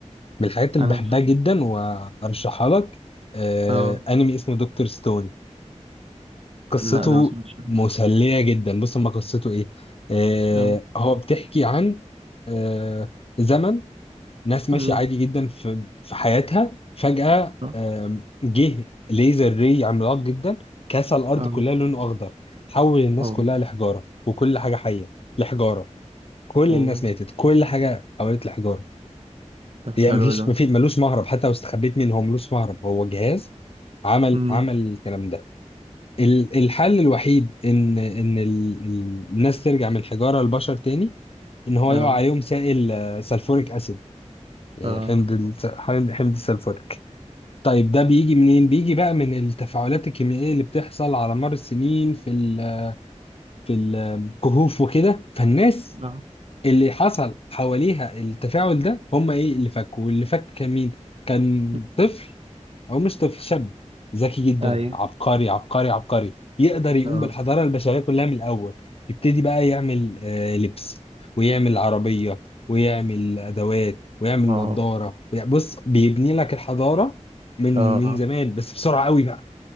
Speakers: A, on the left; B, on the right.
A: من الحاجات اللي
B: انا
A: بحبها جدا وارشحها لك آه
B: اه
A: انمي اسمه دكتور ستون قصته
B: لا ده ما سمعتش عنه.
A: مسليه جدا بص ما قصته ايه آه
B: اه
A: هو بتحكي عن آه زمن ناس ماشية
B: امم.
A: عادي جدا في في حياتها فجأة
B: اه
A: آم، جه ليزر ري عملاق جدا كسر الأرض
B: اه
A: كلها لونه أخضر حول الناس
B: اه
A: كلها لحجارة وكل حاجة حية لحجارة كل
B: اه.
A: الناس ماتت كل حاجة اتحولت لحجارة
B: طب
A: يعني
B: حلو
A: مفيش
B: ده
A: مفيش ملوش مهرب حتى لو استخبيت منه هو ملوش مهرب هو جهاز عمل
B: امم.
A: عمل الكلام ده ال- الحل الوحيد ان ان ال- ال- الناس ترجع من حجارة لبشر تاني ان هو
B: اه
A: يقع عليهم سائل آه، سلفوريك اسيد يعني
B: اه
A: حمض الس- حمض حمض السلفوريك طيب ده بيجي منين؟ بيجي بقى من التفاعلات الكيميائية اللي بتحصل على مر السنين في ال في الكهوف وكده فالناس
B: اه
A: اللي حصل حواليها التفاعل ده هم ايه اللي فكوا واللي فك كان مين؟ كان
B: امم.
A: طفل او مش طفل شاب ذكي جدا
B: ايوه
A: عبقري عبقري عبقري يقدر يقوم
B: اه
A: بالحضاره البشريه كلها من الاول يبتدي بقى يعمل آه، لبس ويعمل عربيه ويعمل ادوات ويعمل
B: اه
A: نظاره ويع- بص بيبني لك الحضاره من
B: اه
A: من زمان بس بسرعه قوي بقى